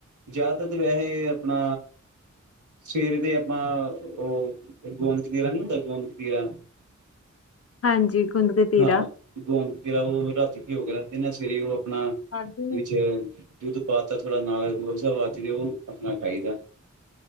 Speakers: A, on the right; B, on the left.
A: ਜ਼ਿਆਦਾ ਤੇ ਵੈਹੇ ਆਪਣਾ ਸਵੇਰੇ ਤੇ ਆਪਾਂ ਉਹ ਗੋਂਦ ਕਤੀਰਾ ਨਹੀਂੀ ਹੁੰਦਾ ਗੋਦਕਤੀਰਾ
B: ਹਾਂਜੀ ਗੁੰਦ ਕਤੀਰਾ।
A: ਹਾ ਗੂੰਦ ਕਤੀਰਾ ਓ ਭਿਉਂ ਕੇ ਰੱਖ ਦਿਨਾ ਸਵੇਰੇ ਹੀ ਓ ਨਾ
B: ਸਾਡੇ ਨੀ
A: ਵਿੱਚ ਏ ਦੁੱਧ ਪਾਤਾ ਥੋੜਾ ਨਾ ਹਜੂਰ